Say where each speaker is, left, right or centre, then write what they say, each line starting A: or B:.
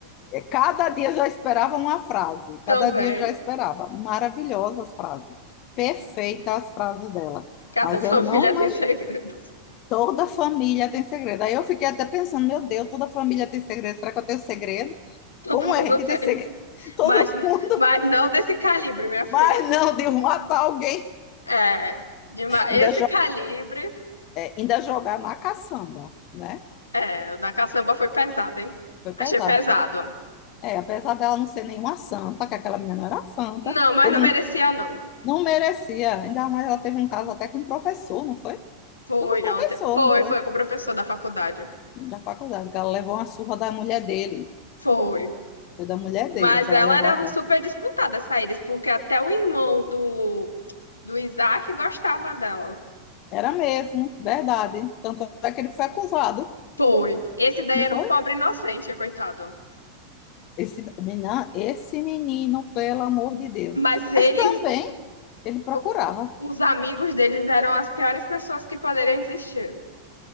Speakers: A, on the left; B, on the left.
A: eh, cada dia eu já esperava uma frase,
B: Também.
A: cada dia eu já esperava. Maravilhosas as frases, perfeitas as frases dela.
B: Cada
A: Mas
B: família
A: eu não imagino,
B: tem segredos.
A: toda família tem segredo. Aí eu fiquei até pensando, meu Deus, toda família tem segredo, será que eu tenho segredo?
B: Todo
A: Como
B: mundo
A: é, a gente
B: tem.
A: tem segredo? <laughs> Todo
B: Mas, n-
A: mundo,
B: mas não desse calibre, minha filha.
A: mas não, de um matar alguém,
B: É, de ma-
A: ainda,
B: esse
A: jo-
B: calibre,
A: eh, ainda jogar na caçamba, né?
B: é, o da caçamba foi pesado, hein?
A: Foi pesado,
B: Achei pesado.
A: pô. É, apesar dela não ser nenhuma santa, que aquela menina não era santa,
B: Não, mas
A: Teve
B: não
A: um
B: merecia, não.
A: Não merecia. Ainda mais ela teve um caso até com um professor, não foi?
B: Foi,
A: Foi com um professor,
B: ela te- foi,
A: não foi?
B: foi com o professor da faculdade.
A: Da faculdade, que ela levou uma surra da mulher dele.
B: Foi.
A: Foi da mulher dele
B: Mas
A: que ela
B: ela
A: levou
B: era
A: essa.
B: super disputada, essa Iris, porque até o irmão do, do Isaac gostava dela.
A: Era mesmo, verdade. Tanto é que ele foi acusado,
B: Foi. Esse daí
A: não
B: era
A: foi?
B: um pobre inocente, coitado.
A: Esse menino, esse menino, pelo amor de Deus.
B: Mas eles,
A: Mas também ele procurava.
B: o- os amigos deles eram as piores pessoas que poderiam existir.